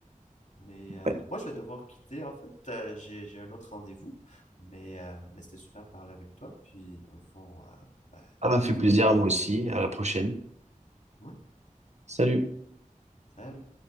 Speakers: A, on the left; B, on the right.
A: Mais euh,
B: Ouais.
A: moi, je vais devoir quitter, en fait. Euh, j'ai, j'ai un autre rendez-vous. Mais, euh, mais c'était super de parler avec toi. Puis, dans le fond, euh, ben,
B: Ah, m'a
A: à la
B: fait
A: prochaine.
B: plaisir à moi aussi. À la prochaine.
A: Ouais,
B: Salut.
A: salut.